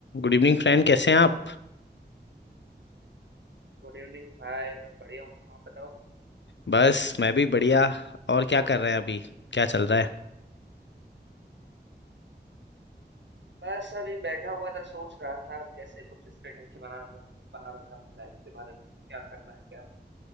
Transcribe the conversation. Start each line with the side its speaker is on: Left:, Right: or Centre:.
Left: Good evening friend कैसे हैं आप
Right: Good evening भाई मैं बढ़िया हूँ आप बताओ
Left: बस मैं भी बढ़िया और क्या कर रहे हैं अभी क्या चल रहा है
Right: बस अभी बैठा हुआ था सोच रहा था कैसे कुछ स्ट्रेटजी बना रहा था बना रहा था अपनी लाइफ के बारे में क्या करना है क्या नहीं